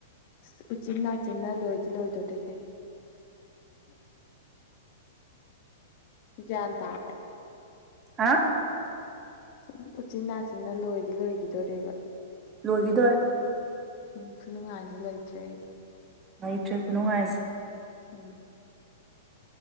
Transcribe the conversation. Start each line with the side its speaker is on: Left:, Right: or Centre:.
Left: ꯑꯁ ꯎꯆꯤꯟ ꯅꯥꯆꯤꯟꯅ ꯂꯣꯏꯗꯤ ꯂꯣꯏꯗꯣꯔꯦꯍꯦ ꯒꯌ꯭ꯥꯟ ꯇꯥꯔꯕ
Right: ꯍꯥꯥ
Left: ꯎꯝ ꯎꯆꯤꯟ ꯅꯥꯆꯤꯟꯅ ꯂꯣꯏꯗꯤ ꯂꯣꯏꯒꯤꯗꯣꯔꯦꯕ
Right: ꯂꯣꯏꯒꯤꯗꯣꯔꯦ
Left: ꯎꯝ ꯈꯨꯅꯨꯡꯉꯥꯏꯗꯤ ꯂꯩꯇ꯭ꯔꯦ ꯑꯩ
Right: ꯂꯩꯇꯔ꯭ꯦ ꯈꯨꯅꯨꯡꯉꯥꯏꯖꯤ
Left: ꯎꯝ